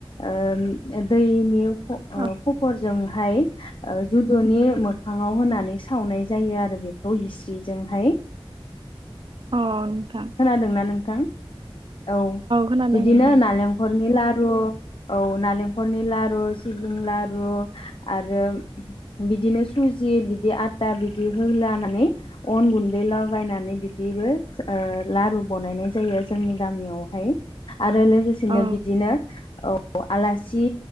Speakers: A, on the left; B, on the right.
A: ओ दैनि फ ओ
B: औ
A: खफर जोंहाय ओ जुदुनि मोखाङाव होनानै सावनाय जायो आरो बेखौ हिस्रि जोंहाय।
B: औ नोंथां
A: खोनादोंना नों थां। औ
B: खोनादों
A: बिदिनो
B: नोंथां
A: नालेंखरनि लारु रु औ नालेंखलनि लारु सिबिं लारु आरो बिदिनो सुजि बिदि आटा बिदि होलानानै अन गुन्दै लागायनानै बिदिबो ओ लारु बनायनाय जायो जोंनि गामियावहाय। आरो लोगोसेनो
B: औ
A: बिदिनो औ आलास जि